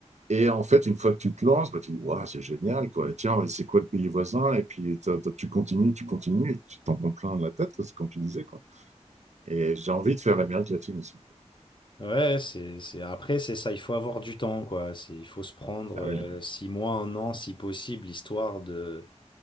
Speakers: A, on the right (about 75°); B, on the left (about 45°).
A: Et en fait, une fois que tu te lances, bah, tu dis, waouh, c'est génial, quoi. Et tiens, c'est quoi le pays voisin? Et puis, t'as- t'as- tu continues, tu continues, et tu t'en prends plein de la tête, c'est comme tu disais, quoi. Et j'ai envie de faire l'Amérique latine aussi.
B: Ouais, c'est, c'est... Après, c'est ça, il faut avoir du temps, quoi. C'est, il faut se prendre
A: Ah
B: euh,
A: oui.
B: six mois, un an, si possible, histoire de,